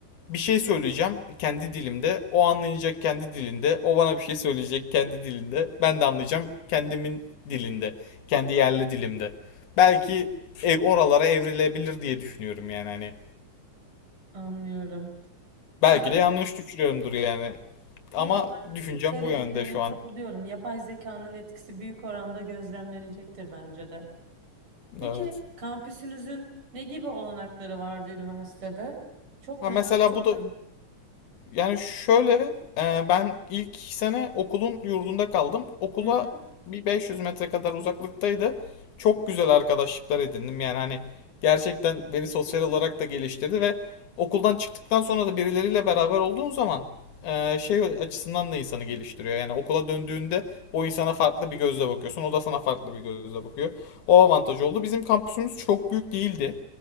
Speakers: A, on the left; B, on the right.
A: bir şey söyleyeceğim kendi dilimde. O anlayacak kendi dilinde. O bana bir şey söyleyecek kendi dilinde. Ben de anlayacağım kendimin dilinde. Kendi yerli dilimde. Belki e, oralara evrilebilir diye düşünüyorum yani hani.
B: Anlıyorum.
A: Belki
B: Ya
A: de
B: bir
A: yanlış
B: de
A: düşünüyorumdur yani.
B: yo
A: Ama
B: ben
A: düşüncem
B: söylediklerine
A: bu yönde şu
B: katılıyorum.
A: an.
B: Yapay zekanın etkisi büyük oranda gözlemlenecektir bence de. Peki
A: Evet.
B: kampüsünüzün ne gibi olanakları vardı üniversitede? Çok
A: Ha
B: merak
A: mesela
B: ettim.
A: bu da Yani şöyle e, ben ilk sene okulun yurdunda kaldım. Okula
B: Hı
A: bir 500
B: Evet.
A: metre kadar uzaklıktaydı. Çok güzel arkadaşlıklar edindim. Yani hani gerçekten beni sosyal olarak da geliştirdi ve okuldan çıktıktan sonra da birileriyle beraber olduğun zaman e, şey açısından da insanı geliştiriyor. Yani okula döndüğünde o insana farklı bir gözle bakıyorsun. O da sana farklı bir gözle bakıyor. O avantaj oldu. Bizim kampüsümüz çok büyük değildi.